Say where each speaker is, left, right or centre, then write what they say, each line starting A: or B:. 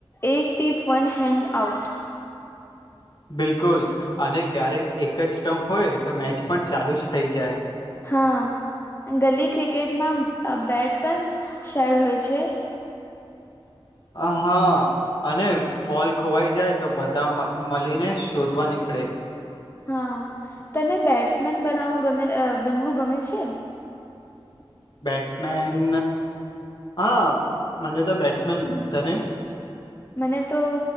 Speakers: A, on the left; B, on the left.
A: એક ટીપ વન હેન્ડ આઉટ.
B: બિલકુલ અને ક્યારેક એક જ સ્ટમ્પ હોય તો મેચ પણ ચાલુ જ થઈ જાય.
A: હાં ગલી ક્રિકેટમાં અ બેટ પન શેડ હોય છે
B: અ હા અને બોલ ખોવાઈ જાય તો બધા મ મલીને શોધવા નીકળે
A: હાં તને બેટ્સમેન બનાવવું ગમે અ બનવું ગમે છે?
B: બેટ્સમેન હાં મને તો બેટ્સમેન તને?
A: મને તો